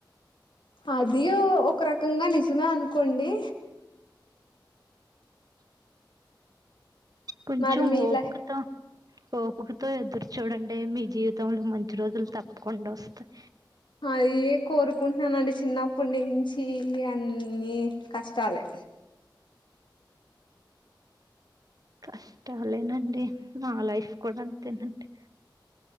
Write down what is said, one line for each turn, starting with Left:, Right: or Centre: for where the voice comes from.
Left: అది ఒక రకంగా నిజమే అనుకోండి
Right: కొంచు
Left: మరి మీ
Right: వోపు
Left: లై
Right: కతో ఓపుకతో ఎదురు చూడండి మీ జీవితంలో మంచి రోజులు తప్పకుండా వస్తాయి
Left: అయే కోరుకుంటున్నానండి చిన్నప్పటి నుంచి అ అన్ని కష్టాలే
Right: కష్టాలేనండి నా లైఫ్ కూడా అంతేనండి